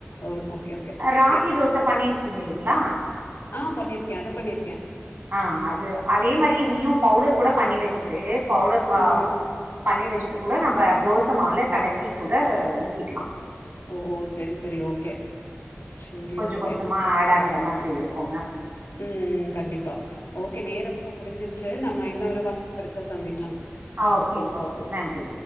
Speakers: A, on the left (about 80°); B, on the right (about 50°).
A: ஓ ஓகே ஓகே
B: ராகி
A: சேரி
B: தோச பண்ணிருக்கீங் இல்லிங்ளா
A: ஆஹ் பண்ணிருக்கே அது பண்ணிருக்கே
B: ஆஹ் அது அதே மாரி இதையு பவுடர் கூட பண்ணி வச்சுட்டு பவுடர் பாவா
A: ம்
B: பண்ணி வச்சுட்டு கூட நம்ப தோச மால கலக்கி கூட ஊத்திக்லா
A: ஓ சரி சரி ஓகே சரி
B: கொஞ்ச
A: ஓகே
B: கொஞ்சமா ஆடாக க்கிற மாதிரி இருக்கும்ங்க
A: ம் கண்டிப்பா ஓகே நேரமு முடிஞ்சிருச்சு நம்ம இன்னொரு வாய்ப்பு கெடச்சா சந்திக்
B: அ ஓகேங் ஓகே நன்றி